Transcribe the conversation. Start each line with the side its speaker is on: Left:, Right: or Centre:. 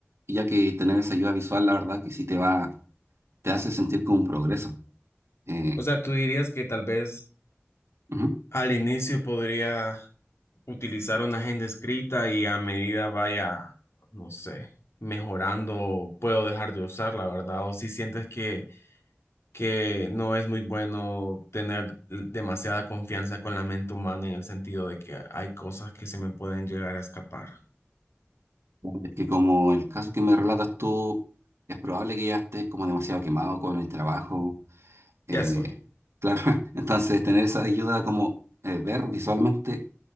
Right: ya que tener esa ayuda visual, la verdad que sí te va, te hace sentir como un progreso. Eh,
Left: O sea, tú dirías que tal vez
Right: ujú.
Left: Al inicio podría utilizar una agenda escrita y a medida vaya, no sé, mejorando, puedo dejar de usarla, ¿verdad? O si sientes que, que no es muy bueno tener demasiada confianza con la mente humana en el sentido de que hay cosas que se me pueden llegar a escapar.
Right: Es que como el caso que me relatas tú, es probable que ya estés como demasiado quemado con el trabajo. eh,
Left: Ya estoy.
Right: claro, <laughs> entonces tener esa ayuda como eh, ver visualmente